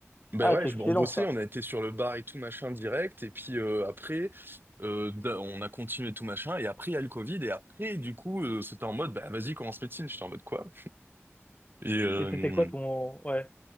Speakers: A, on the right (about 45°); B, on the left (about 30°).
A: Ben
B: Ah,
A: ouais,
B: c'est
A: je-
B: excellent
A: on bossait,
B: ça.
A: on a été sur le bar et tout machin direct, et puis euh, après, euh, da- on a continué tout machin, et après il y a le Covid, et après du coup euh, c'était en mode, bah vas-y commence médecine, j'étais en mode quoi? Et euh,
B: Et c'était quoi ton, ouais,